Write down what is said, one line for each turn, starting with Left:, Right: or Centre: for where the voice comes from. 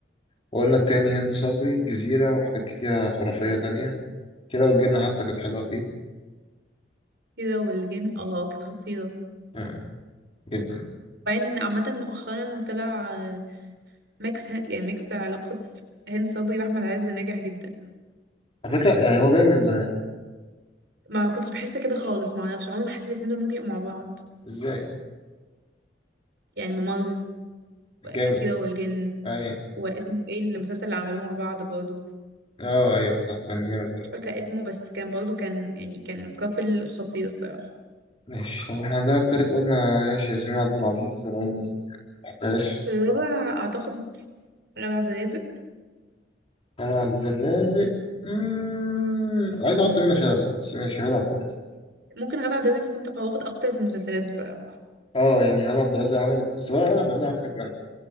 Left: وقلنا التاني هند صبري الجزيرة وحاجات كتيرة خرافية تانية كيرة والجن حتى كانت حلوة فيه
Right: كده والجن اه كانت خطيرة
Left: آه. جدا
Right: وبعدين إن عامة مؤخرا طلع آه، ميكس ه- يعني ميكس علاقات هند صبري واحمد عز ناجح جدا
Left: على فكرة يعني هو باين من زمان
Right: ما كنتش بحس كده خالص ما اعرفش عمري ما حسيت الاتنين دول ممكن يبقوا مع بعض
Left: ازاي
Right: يعني ممر
Left: جامد
Right: و- كده والجن
Left: ايوه
Right: واسمه ايه المسلسل اللي عملوه مع بعض برضه
Left: اه ايوه صح كان جامد برضه
Right: مش فاكرة اسمه بس كان برضو كان يعني كان كابل خطير الصراحة
Left: ماشي طب احنا عندنا التالت قلنا ماشي ياسمين عبد العزيز ولو اني مبحبهاش
Right: الرابع أعتقد غادة عبد الرازق
Left: انا عبد الرازق مم... عايز احط منى شلبي بس ماشي غادة عبد الرازق
Right: ممكن غادة عبد الرازق تكون تفوقت أكتر في المسلسلات بصراحة
Left: اه يعني غادة عبد الرازق عملت بس بقى غادة عبد الرازق عملت حاجات جامدة